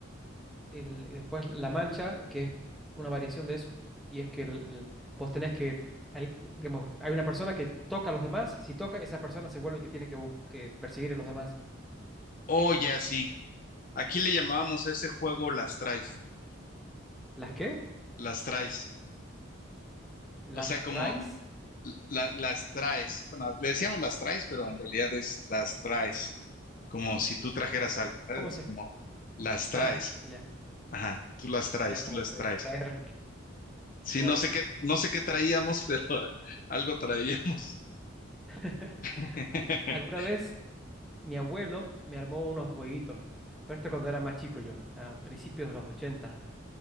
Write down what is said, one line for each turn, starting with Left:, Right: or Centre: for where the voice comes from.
Centre: el- y después la mancha, que es una variación de eso, y es que el- el- vos tenés que, al- digamos, hay una persona que toca a los demás, si toca, esa persona se vuelve el que tiene que, bus- que perseguir a los demás.
Left: Oh, ya sí. Aquí le llamábamos a ese juego las traes,
Centre: ¿Las qué?
Left: las traes.
Centre: ¿Las
Left: O sea, como
Centre: traes?
Left: la- las traes. Bueno, le decíamos las traes, pero en realidad es las traes, como si tú trajeras algo, ¿sabes?
Centre: ¿Cómo
Left: Así
Centre: se...?
Left: como las traes.
Centre: Ah, ya,
Left: Ajá, tú las traes,
Centre: ya
Left: tú
Centre: como
Left: las
Centre: que
Left: traes.
Centre: traer,
Left: Sí,
Centre: mira
Left: no
Centre: vos.
Left: sé qué, no sé qué traíamos, pero <laughs> algo traíamos.
Centre: <laughs>
Left: <laughs>
Centre: A- Alguna vez mi abuelo me armó unos jueguitos, pero esto cuando era más chico yo, a principios de los 80,